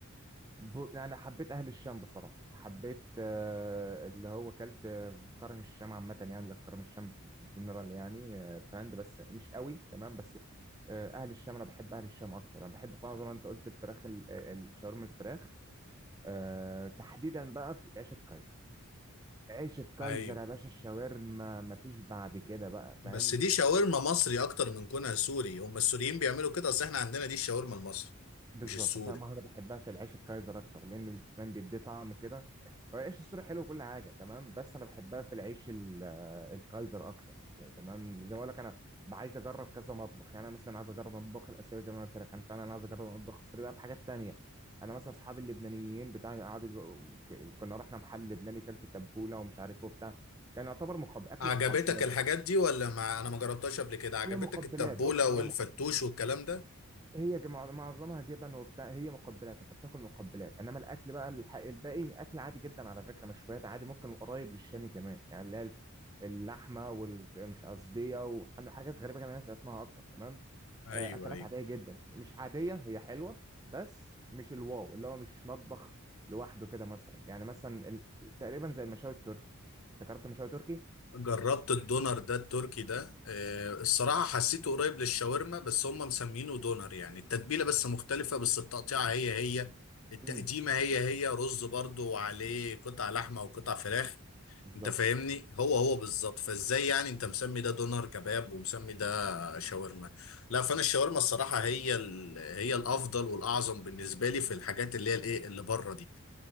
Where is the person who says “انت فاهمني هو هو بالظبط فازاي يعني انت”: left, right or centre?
Left